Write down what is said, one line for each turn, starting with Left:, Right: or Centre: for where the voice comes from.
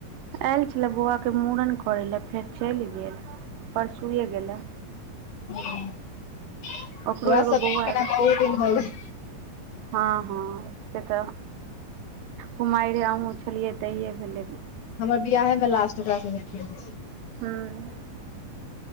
Right: ऐल छलय बौआ के मुड़न करयलय फेर चलि गेल परसुये गेलए
Left: ओकरा
Right: ओकरो एगो
Left: स
Right: बौआ
Left: भेंट केनाय
Right: एगो
Left: बहुत दिन भऽ गेल
Right: हँ हँ से तऽ कुमारिये हमहुँ छलियै तहिये भेलै भेंट
Left: हमर बियाहे मे लास्ट ओकरा स भेंट भेल रहै
Right: हूँ